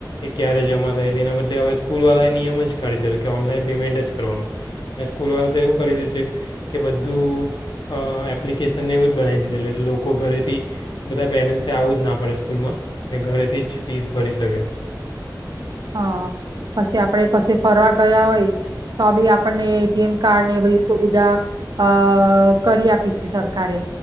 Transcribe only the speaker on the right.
હા પછી આપડે પછી ફરવા ગયા હોય તો બી આપણને મ કાર્ડ ને બ સુવિધા અ કરી આપી છે સરકારે